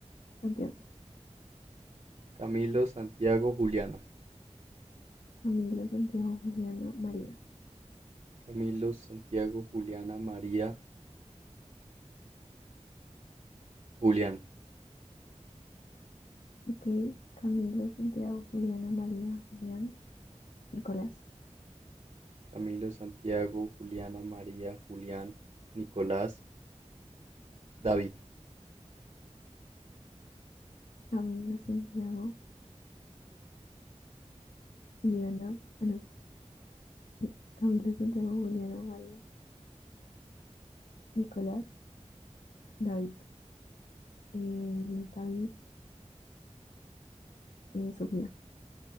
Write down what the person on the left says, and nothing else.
Santiago.
Camilo Santiago Juliana María.
Ok. Camilo Santiago Juliana María Julián Nicolás.
Camilo Santiago Juliana. Ah, no. sí, Camilo Santiago Juliana María Nicolás David. Eh, David eh, Sofía.